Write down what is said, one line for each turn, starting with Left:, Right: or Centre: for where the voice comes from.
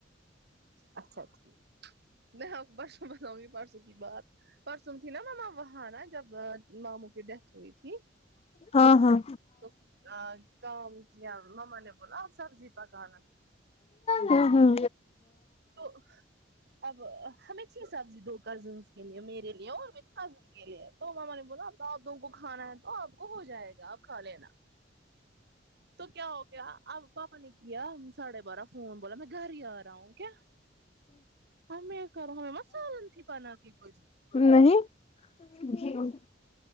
Right: اچھا ٹھیک میں پرسوں بتااؤں گی پرسوں کی بات پرسوں تھی نا مما وہاں نا جب ماموں کی ڈیتھ ہوئی تھی
Left: ہاں ہاں
Right: تو کام کیا مما نے بولا آپ سبزی پکانا
Left: ہوں ہاں
Right: تو اب ہمیں چھی سبزی دو کزنس کے لیے میرے لیے اور م کزن کے لیے تو ما نے بولا ا آپ دونوں کو کھانا ہے تو آپ کو ہو جائے گا آپ کھا لینا تو کیا ہو گیا اب پاپا نے کیا ساڑھے بارہ فون بولا میں گھر ہی آ رہا ہوں کیا ہمیں کروں ہم سالن تھی پن کی کھ
Left: نہیں ج